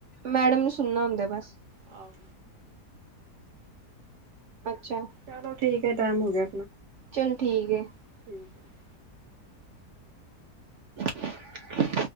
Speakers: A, on the right; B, on the right.
A: ਮੈਡਮ ਨੂੰ ਸੁਣਨਾ ਹੁੰਦਾ ਬਸ
B: ਆਹੋ।
A: ਅੱਛਾ
B: ਚਲੋ ਠੀਕ ਹੈ ਟਾਈਮ ਹੋ ਗਿਆ
A: ਚਲ ਠੀਕ ਹੈ
B: <inaudible>
A: <inaudible>